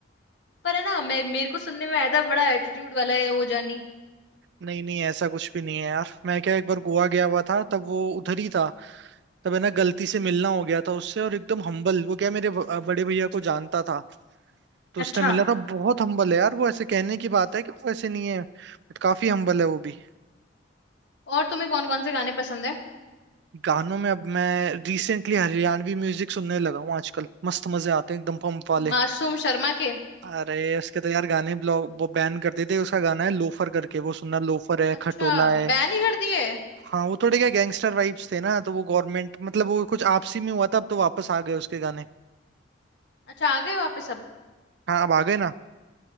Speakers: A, on the left; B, on the right.
A: पर है ना मैं मेरे को सुनने में आया था बड़ा एटीट्यूड वाला है वो जानी
B: नहीं नहीं ऐसा कुछ भी नहीं है यार मैं क्या एक बार गोवा गया हुआ था तब वो उधर ही था तब है ना गलती से मिलना हो गया था उससे और एकदम हम्बल वो क्या मेरे ब- अ, बड़े भैया को जानता था तो
A: अच्छा
B: उसने मिला था बहुत हम्बल है यार वो ऐसे कहने की बात है कि वो ऐसे नहीं है बट काफी हम्बल है वो भी
A: और तुम्हें कौन कौन से गाने पसंद है
B: गानों में अब मैं रिसेंटली हरियाणवी म्यूजिक सुनने लगा हूँ आजकल मस्त मजे आते हैं एकदम पंप वाले
A: मासूम शर्मा के
B: अरे उसके तो यार गाने ब्लॉक वो बैन कर देते उसका गाना है लोफर करके वो सुनना लोफर है
A: अच्छा
B: खटोला है
A: बैन ही कर दिए
B: हाँ वो थोड़े क्या गैंगस्टर वाइब्स थे ना तो वो गवर्नमेंट मतलब वो कुछ आपसी में हुआ था अब तो वापस आ गए उसके गाने
A: अच्छा आ गए वापस अब
B: हाँ अब आ गए ना